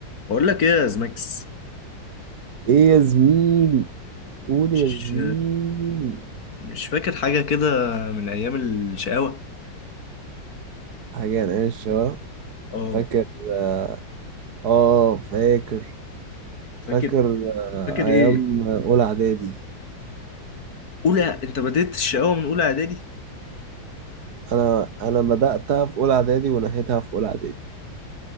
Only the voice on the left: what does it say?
بقول لك ايه يا زماكس
مش
مش فاكر حاجة كده من أيام الشقاوة
اه
فاكر
فاكر
ايه
أولى أنت بديت الشقاوة من أولى إعدادي